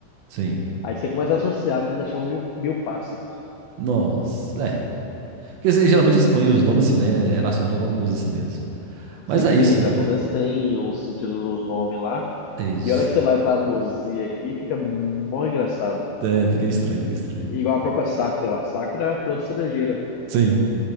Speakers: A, on the right (about 70°); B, on the left (about 85°).
A: sim.
B: Aí você começa a associar, a menina chama mil, mil pássaros.
A: Nossa, é. Porque você geralmente expõe os nomes assim, né? Relacionado a alguma coisa assim mesmo.
B: Sim,
A: Mas é
B: sim,
A: isso,
B: os
A: cara.
B: japoneses têm os sentidos dos nomes lá.
A: É isso.
B: E a hora que você vai traduzir aqui, fica mó engraçado.
A: É, fica estranho, fica estranho.
B: Igual a própria Sakura lá. Sakura é a flor de cerejeira.
A: Sim,